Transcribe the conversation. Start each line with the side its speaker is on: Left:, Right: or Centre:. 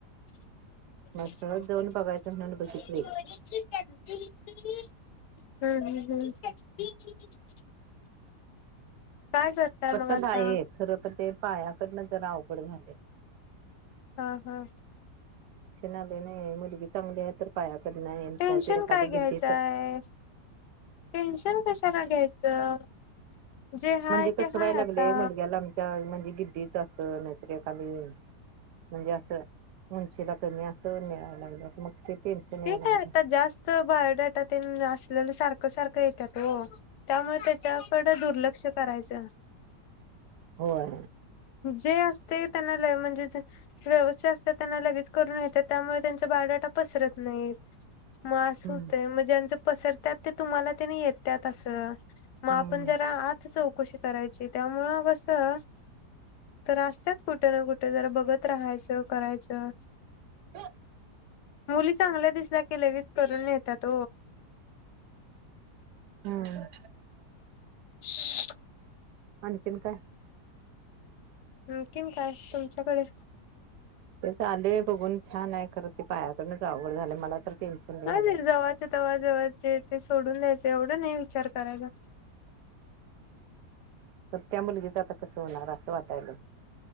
Left: <unintelligible>
Right: मग सहज जाऊन बघायचं म्हणून बघितली
Left: करताय
Right: पसंत
Left: मग आता
Right: आहे खरं तर ते पाया नंतर नंतर अवघड होणार.
Left: हा हा
Right: आले नाही मुलगी चांगली आहे तर पायाकडनं आहे
Left: टेन्शन
Right: एखादी
Left: काय घ्यायचंय
Right: गिड्डी तर
Left: टेन्शन कशाला घ्यायचं. जे हाय
Right: म्हणजे कसं
Left: ते हाय
Right: व्हाय लागलेय
Left: आता
Right: मुलग्याला आमच्या... गिड्डीच असल नैतरेखाली म्हणजे असं उंचीला कमी असं मिळाय लागल्यात मग ते... टेन्शन यायला
Left: ठीक आहे
Right: लागलं.
Left: आता जास्त बायोडाटा तेन असलेल... सारख सारख येत्यात हो त्यामुळे त्याच्याकड दुर्लक्ष करायचं.
Right: होय.
Left: जे असते त्यांना ल म्हणजे व्यवस्थय असते त्यांना लगेच करून घेतात त्यामुळे त्यांचा बायडाटा पसरत नाही मग अस
Right: हम्म
Left: होतय मग ज्यांं पसरतात ते तुम्हाला त्याने येतात असं मग
Right: हम्म
Left: आपण जरा आ कशी करायची त्यामुळ कसं तर असतच कुठे ना कुठे जरा बघत राहायचं करायचं
Right: ह
Left: होल चांगल्या दिसल्या की लगेच करून येत त्यात
Right: हम्म
Left: हम
Right: आणि कन काय
Left: हम् किम काय तुमच्याकडे
Right: ते चाले बघून छान आहे खरं ती पायाकडूनच अवघड झाली मला तर टेन्शन लय
Left: नाही
Right: आलंय.
Left: जव्हाचे तवा जवाचे ते सोडून द्यायचे तेवढं नाही विचार करायचा
Right: तर त्या मुलगीच आता कसं होणार असं वाटायला